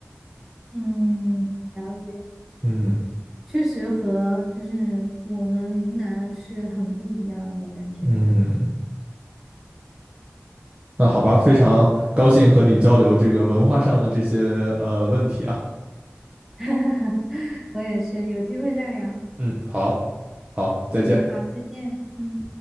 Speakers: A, in the centre; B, on the right.
A: 嗯，了解，
B: 嗯
A: 确实和就是我们云南是很不一样的感觉。
B: 嗯，那好吧，非常高兴和你交流这个文化上的这些呃问题啊。
A: <laughs> 我也是，有机会再聊。
B: 嗯，好，好，再见。
A: 嗯，好，再见。嗯。